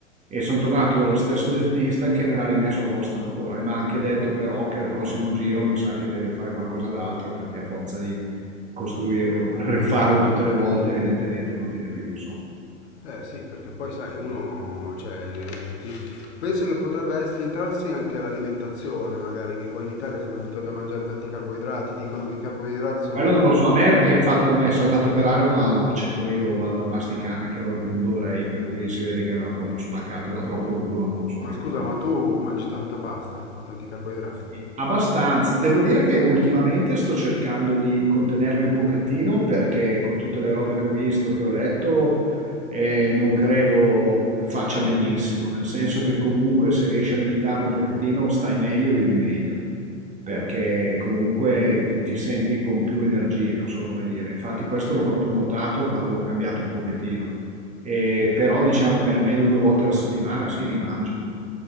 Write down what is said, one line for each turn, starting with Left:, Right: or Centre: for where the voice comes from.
Right: e sono tornato dallo stesso dentista che me l'ha rimesso a posto ancora e mi ha anche detto però che al prossimo giro mi sa che deve fare qualcosa d'altro perché a forza di costruirlo, rifarlo tutte le volte, evidentemente non tiene più, insomma.
Left: Eh sì, perché poi sai, uno, cioè, eh, ti- penso che potrebbe essere, entrarsi anche l'alimentazione, magari, che qua in Italia siamo abituati a mangiare tanti carboidrati, dicono che i carboidrati sono
Right: Quello
Left: pieni
Right: non lo
Left: di
Right: so,
Left: zuccheri.
Right: a me è fatto, è saltato per aria con una noce, poi io vado a masticare anche roba che non dovrei, per cui si vede che era proprio spaccato, era troppo duro, non lo so
Left: Ma
Right: che
Left: scusa,
Right: cosa.
Left: ma tu mangi tanta pasta, tanti carboidrati?
Right: Sì, Abbastanza. Devo dire che ultimamente sto cercando di contenermi un pochettino perché con tutte le robe che ho visto, che ho letto, eh, non credo faccia benissimo, nel senso che comunque se riesci a limitarlo un pochettino stai meglio, vivi meglio. Perché comunque ti ti senti con più energie, non so come dire. Infatti questo l'ho proprio notato quando ho cambiato un pochettino. Ehm, però diciamo che almeno 2 volte alla settimana sì, li mangio.